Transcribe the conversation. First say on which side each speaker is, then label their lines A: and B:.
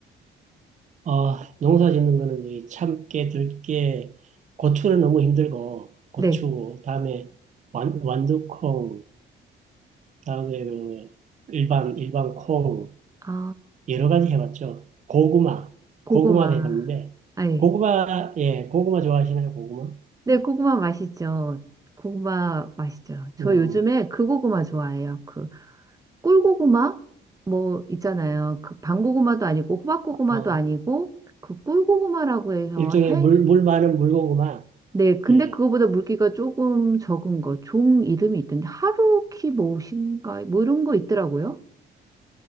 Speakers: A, on the right; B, on the right.
A: 어, 농사 짓는 거는 이 참깨, 들깨, 고추는 너무 힘들고, 고추,
B: 네.
A: 다음에 완, 완두콩, 다음에 그 일반, 일반 콩,
B: 아,
A: 여러 가지 해봤죠. 고구마,
B: 고구마.
A: 고구마도 해봤는데,
B: 아예.
A: 고구마, 예, 고구마 좋아하시나요, 고구마?
B: 네, 고구마 맛있죠. 고구마 맛있죠. 저
A: 음,
B: 요즘에 그 고구마 좋아해요. 그 꿀고구마 뭐 있잖아요. 그 밤고구마도 아니고 호박고구마도
A: 어,
B: 아니고 그 꿀고구마라고 해서
A: 일종의
B: 해.
A: 물, 물 많은 물고구마,
B: 네, 근데
A: 예,
B: 그거보다 물기가 조금 적은 거, 종 이름이 있던데 하루키 무엇인가 뭐 이런 거 있더라고요.